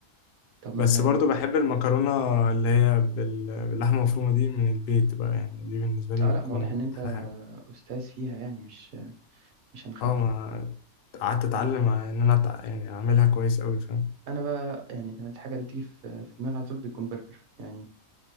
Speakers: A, on the right; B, on the left.
A: طب ما
B: بس برضو بحب المكرونه اللي هي بال- باللحمه المفرومه دي من البيت بقى يعني دي بالنسبه لي
A: اه لا
B: بتكون
A: ما واضح ان انت
B: احلى حاجه
A: استاذ فيها يعني مش مش هنخبي
B: اه ما قعدت اتعلم ان انا أتع- يعني اعملها كويس قوي فاهم
A: انا بقى يعني ده الحاجه اللي بتيجي في في دماغي على طول بيكون برجر يعني